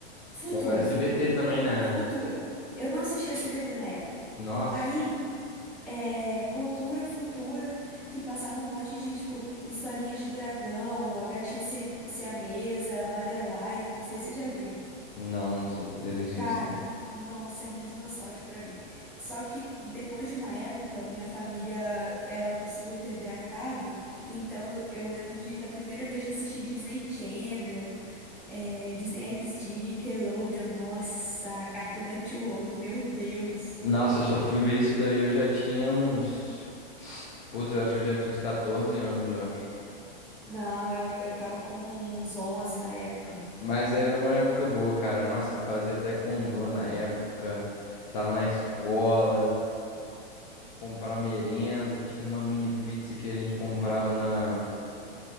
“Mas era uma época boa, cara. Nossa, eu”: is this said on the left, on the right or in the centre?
Left